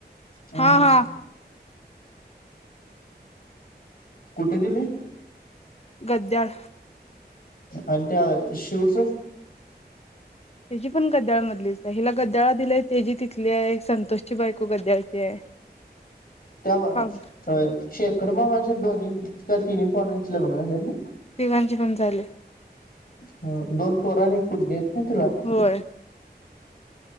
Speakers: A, on the left; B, on the left.
A: ह
B: हा
A: ह
B: हा
A: कुठे दिलय
B: गद्द्याळ
A: आणि त्या शिवच
B: तेजी पण गद्द्याळ मधलीच आहे हिला गद्द्याळला दिलंय तेजी तिथली हिथली आहे संतोषची बायको गद्याळची आहे
A: त्याव्हा
B: पाहू
A: अ शेखर मामाच्या दोन्ही त्या तिन्ही पोरांची लग्न झाल्यात ना
B: तिघांची पण झाले.
A: ह दोन पोरं आणि एक पोरगी आहेत ना तेला
B: होय